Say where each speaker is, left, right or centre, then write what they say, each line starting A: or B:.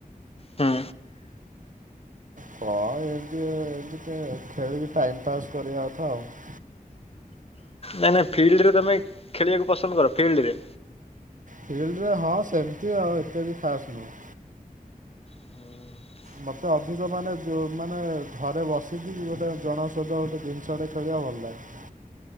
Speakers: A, on the left; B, on the right.
A: ହୁଁ
B: ହଁ ଏମତି ଏମତି ଟିକେ ଖେଳିକି ଟାଇମ ପାସ୍ କରିବା କଥା ଆଉ।
A: ନାଇଁ ନାଇଁ ଫିଲ୍ଡରେ ତୁମେ ଖେଳିବାକୁ ପସନ୍ଦ କର ଫିଲ୍ଡରେ?
B: ଫିଲ୍ଡରେ ହଁ ସେମିତି ଆଉ ଏତେ ବି ଖାସ୍ ନୁହେଁ।
A: ହୁଁ।
B: ମତେ ଅଧିକ ମାନେ ଯୋ ମାନେ ଘରେ ବସିକି ଗୋଟେ ଜଣଙ୍କ ସହିତ ଗୋଟେ ଦିନ ଛୁଆଟେ ଖେଳିବା ଭଲ ଲାଗେ।